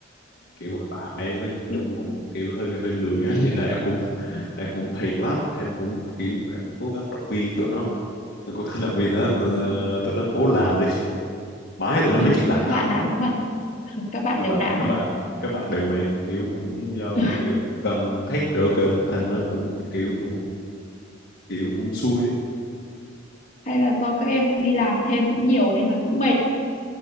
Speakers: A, on the left; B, on the left.
A: kiểu bạn em nói
B: Nhưng,
A: chung cũng kiểu hơi hơi lười á, <laughs> thì là em cũng em cũng thiệt lắm em cũng kiểu em cố gắng động viên tụi nó em cố gắng động viên nó
B: ừ,
A: ờ, tụi nó cố làm đi mãi
B: ừ,
A: tụi nó mới chịu làm
B: các bạn nản lắm à? <laughs> Các bạn
A: các
B: đều
A: bạn
B: nản
A: các
B: à?
A: bạn các bạn đều mày kiểu cũng do cũng
B: <laughs>
A: kiểu cần hết rồi cơ thành nó cũng kiểu cũng kiểu cũng xui á
B: Hay là do các em đi làm thêm cũng nhiều nên là cũng mệt.